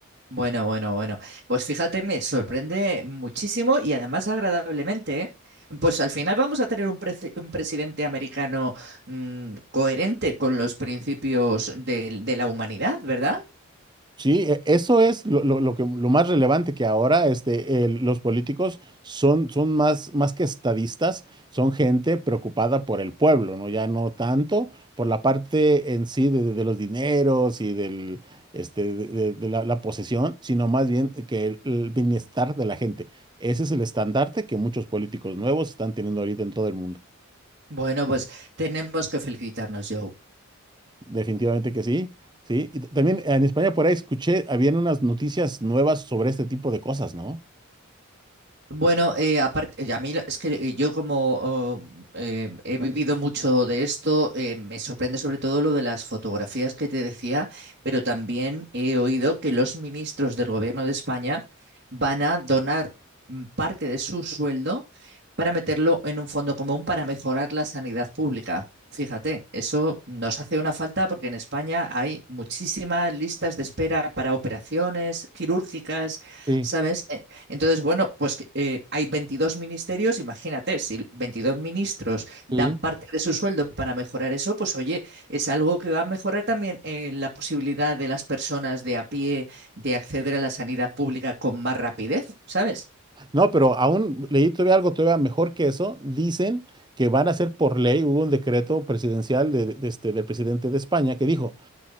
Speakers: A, on the right; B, on the right.
A: Bueno, bueno, bueno. Pues fíjate, me sorprende muchísimo y además agradablemente, ¿eh? Pues al final vamos a tener un, prece- un presidente americano mm, coherente con los principios de, de la humanidad, ¿verdad?
B: Sí, e- eso es lo, lo- lo que, lo más relevante que ahora este, el- los políticos son, son más, más que estadistas, son gente preocupada por el pueblo, ¿no? Ya no tanto por la parte en sí de, de los dineros y del, este, de, de- de la, la posesión, sino más bien que el, el bienestar de la gente. Ese es el estandarte que muchos políticos nuevos están teniendo ahorita en todo el mundo.
A: Bueno, pues tenemos que felicitarnos, Joe.
B: Definitivamente que sí, sí. Y t- también en España por ahí escuché, habían unas noticias nuevas sobre este tipo de cosas, ¿no?
A: Bueno, eh, aparte, eh, a mí lo- es que eh, yo como oh, eh, he vivido mucho de esto, eh, me sorprende sobre todo lo de las fotografías que te decía, pero también he oído que los ministros del gobierno de España van a donar mm, parte de su sueldo para meterlo en un fondo común para mejorar la sanidad pública. Fíjate, eso nos hace una falta porque en España hay muchísimas listas de espera para operaciones quirúrgicas.
B: Sí,
A: ¿Sabes? Entonces, bueno, pues eh, hay 22 ministerios, imagínate, si 22 ministros dan
B: sí.
A: parte de su sueldo para mejorar eso, pues oye, es algo que va a mejorar también eh, la posibilidad de las personas de a pie de acceder a la sanidad pública con más rapidez, ¿sabes?
B: No, pero aún leí todavía algo todavía mejor que eso. Dicen que van a hacer por ley, hubo un decreto presidencial de, de este, del presidente de España que dijo,